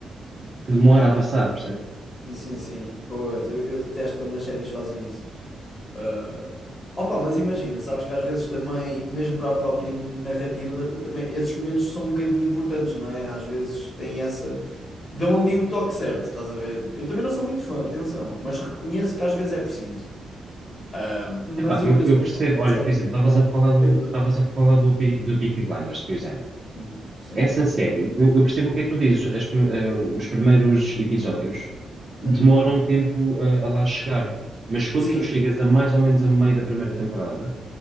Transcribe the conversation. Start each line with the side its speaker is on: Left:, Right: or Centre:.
Right: que demora
Left: É, tem-
Right: a passar, percebes?
Left: Sim, sim, sim. Pois, eu, eu detesto quando as séries fazem isso. Ah, opa, mas imagina, sabes que às vezes também, mesmo para a própria narrativa, também esses momentos são um bocadinho importantes, não é? Às vezes têm essa. Dão ali o toque certo, estás a ver? Eu também não sou muito fã, atenção, mas reconheço que às vezes é preciso. Ah, mas
Right: Epá,
Left: eu,
Right: eu,
Left: eu
Right: eu
Left: sou
Right: percebo,
Left: fã de
Right: olha,
Left: séries
Right: por exemplo,
Left: que
Right: estavas
Left: são
Right: a falar do,
Left: feitas
Right: estavas a falar do, Pe- do Peaky Blinders, por exemplo.
Left: assim. Sim.
Right: Essa série, eu, eu percebo o que é que tu dizes, as pr- eh, os primeiros episódios
Left: Uhum.
Right: demoram um tempo a, a lá chegar, mas quando
Left: Sim.
Right: tu chegas a mais ou menos a meio da primeira temporada,